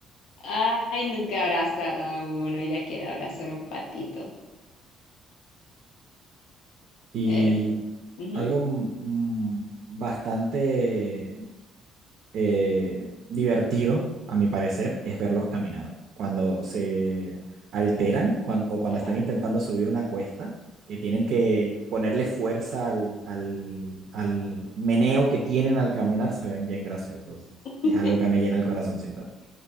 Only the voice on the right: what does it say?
Y
algo mm, bastante eh, divertido, a mi parecer, es verlos caminar. Cuando se alteran cuan- o cuando
están intentando subir una cuesta, que tienen que ponerle fuerza al, al, al meneo que tienen al caminar, se ven bien graciosos.
Es algo que me llena el corazoncito.